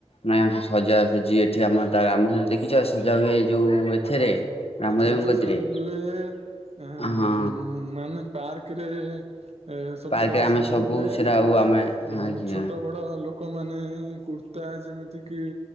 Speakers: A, on the left; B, on the right.
A: ନାଇଁ ଆମର ସବୁ ସଜା ସଜି ଏଠି ଆମର ତା ଆମ ଦେଖିଛ ସଜା ହୁଏ ଯୋଉ ଏଥିରେ ରାମଦେବଙ୍କ
B: ସଜା
A: କତିରେ
B: ସଜିି ହୁଏ ଉଁ
A: ହଁ
B: ମାନେ ପାର୍କ ରେ ଏ ସବୁ
A: ପାର୍କରେ
B: ସଜାସଜି
A: ଆମେ ସବୁ
B: ହୁଏ
A: ସେଟା ଆଉ ଆମେ
B: ଉଁ
A: ଆଜ୍ଞା
B: ଛୋଟ ବଡ ବଡ ଲୋକମାନେ କୁର୍ତ୍ତା ଯେମିତି କିି‌